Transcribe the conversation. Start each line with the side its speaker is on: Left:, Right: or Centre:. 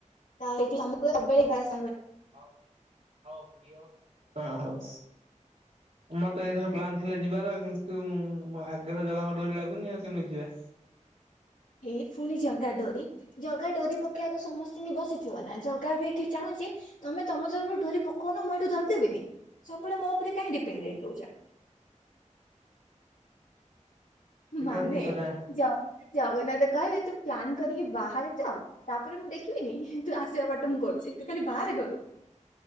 Left: ତ ଏଇଠି ତମକୁ ସବୁବେଳେ ଯିବା ଆସି
Right: ହ ହଉ। ତମର ତ ଏଇଥର ପ୍ଲାନ୍ ଥିଲା ଯିବାର କିନ୍ତୁ ମୋ ଭାଗ୍ୟରେ ଜଗାଙ୍କ ଡୋରି ଲାଗୁନି ଆଉ କେମିତି ଯିବା।
Left: ଏ ଫୁଣି ଜଗା ଡୋରି। ଜଗା ଡୋରି ପକେଇବାକୁ ସମସ୍ତିଙ୍କି ବସିଥିବ ନା ଜଗା ବି ଏଠି ଚାହୁଁଛି। ତମେ ତମ ତରଫରୁ ଡୋରି ପକଉନ ମୁଁ ଏଇଠୁ ଧରିଦେବିନି ସବୁବେଳେ ମୋ ଉପରେ କାହିଁ ଡିପେଣ୍ଡେଟ୍ ହେଇକି ରହୁଛ।
Right: ଏଟା
Left: ମାନେ
Right: ଠିକ କଥା
Left: ଜ ଜଗନ୍ନାଥ କହିବେ ତୁ ପ୍ଲାନ୍ କରିକି ବାହାରେ ତ ତାପରେ ମୁଁ ଦେଖିବିନି ତୁ ଆସିବା ବାଟ ମୁଁ କରୁଛି ତୁ ଖାଲି ବାହାରେ ଘରୁ।